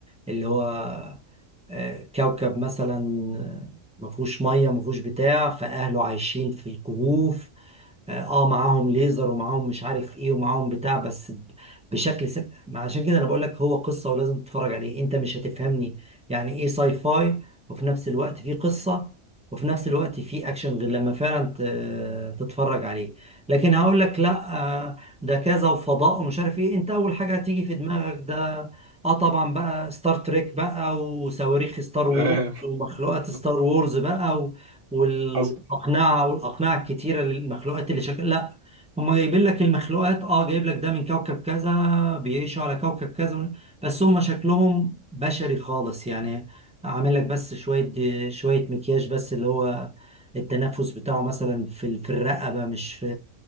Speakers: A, in the centre; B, on the right (about 45°).
A: اللي هو آه، كوكب مثلا ما فيهوش ميه ما فيهوش بتاع فاهله عايشين في كهوف اه آه، معاهم ليزر ومعاهم مش عارف ايه ومعاهم بتاع بس ب- بشكل سب... ما عشان كده انا بقول لك هو قصة ولازم تتفرج عليه انت مش هتفهمني يعني ايه ساي فاي وفي نفس الوقت في قصة وفي نفس الوقت في اكشن غير لما فعلا ت- تتفرج عليه لكن هقول لك لا آه، ده كذا وفضاء ومش عارف ايه انت اول حاجة هتيجي في دماغك ده اه طبعا بقى ستار تريك بقى وصواريخ ستار
B: تمام
A: وورز ومخلوقات ستار
B: <laughs>
A: وورز بقى وال-
B: حصل.
A: والاقنعه والاقنعه الكتيره للمخلوقات اللي شكل لا هم جايبين لك المخلوقات اه جايب لك ده من كوكب كذا بيعيشوا على كوكب كذا بس هم شكلهم بشري خالص يعني عامل لك بس شويه شويه مكياج بس اللي هو التنفس بتاعه مثلا في ال- في الرقبه مش في